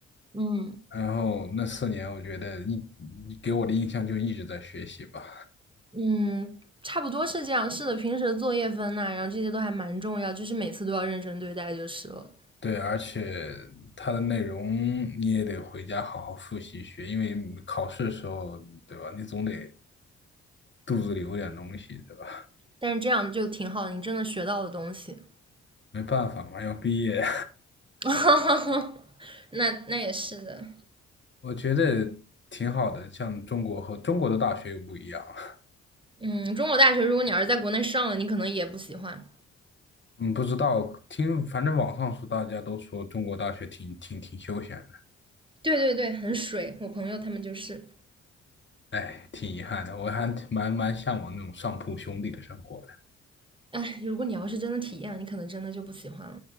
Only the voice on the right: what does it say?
嗯
嗯，差不多是这样。是的，平时的作业分呐、然后这些都还蛮重要，就是每次都要认真对待就是了。
但是这样就挺好的，你真的学到了东西。
<laughs> 那那也是的，
嗯，中国大学如果你要是在国内上了，你可能也不喜欢。
对对对，很水。我朋友他们就是，
哎，如果你要是真的体验了，你可能真的就不喜欢了，